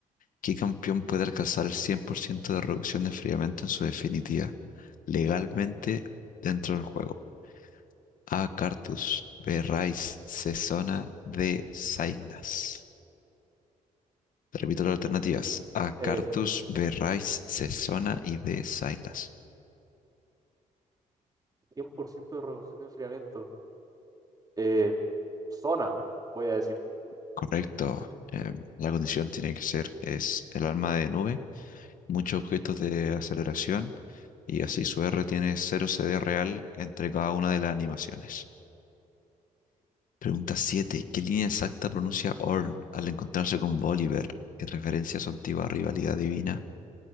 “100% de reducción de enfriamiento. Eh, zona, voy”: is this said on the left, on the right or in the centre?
Right